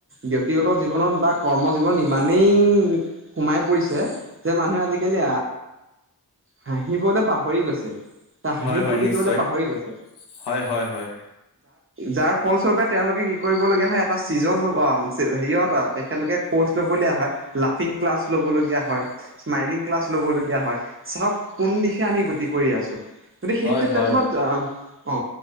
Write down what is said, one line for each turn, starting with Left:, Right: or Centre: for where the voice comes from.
Right: ব্যক্তিগত জীৱনত বা কৰ্ম জীৱন ইমানেই সোমাই পৰিছে যে মানুহে আজিকালি হাঁহিবলৈ বা হাঁহি
Left: হয় হয়
Right: ফূৰ্তি
Left: নিশ্চয়
Right: কৰিবলৈ পাহৰি গৈছে
Left: হয় হয় হয়
Right: যাৰ ফলস্বৰূপে তেওঁলোকে কি কৰিবলগীয়া হয় এটা ছিজন ল'ব হেৰিয়ত তেখেতলোকে ক'ৰ্চ ল'বলগীয়া হয় লাফিং ক্লাছ ল'বলগীয়া হয় স্মাইলিং ক্লাছ ল'বলগীয়া হয় চাওক কোন দিশে আমি গতি কৰি আছো গতিকে সেই
Left: হয়
Right: ক্ষেত্ৰ
Left: হয়
Right: খনত অ